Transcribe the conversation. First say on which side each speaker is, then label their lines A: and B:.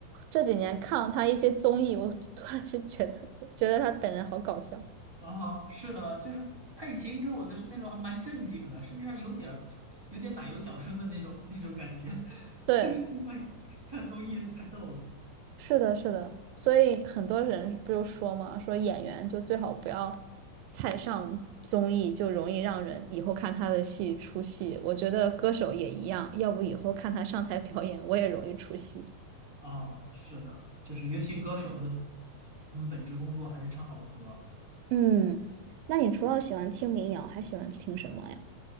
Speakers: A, on the right; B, on the right.
A: 这几年看了他一些综艺，我突然是觉得觉得他本人好搞笑。
B: 啊。是的，就是他以前给我的是那种还蛮正经的，甚至还有点儿有点奶油小生的那种那种感觉，<laughs>
A: 对，
B: 但是现在看综艺太逗了。
A: 是的，是的，所以很多人不就说嘛，说演员就最好不要太上综艺，就容易让人以后看他的戏出戏。我觉得歌手也一样，要不以后看他上台表演，我也容易出戏。
B: 啊，是的，就是尤其歌手的，他们本职工作还是唱好歌
A: 嗯，那你除了喜欢听民谣，还喜欢听什么呀？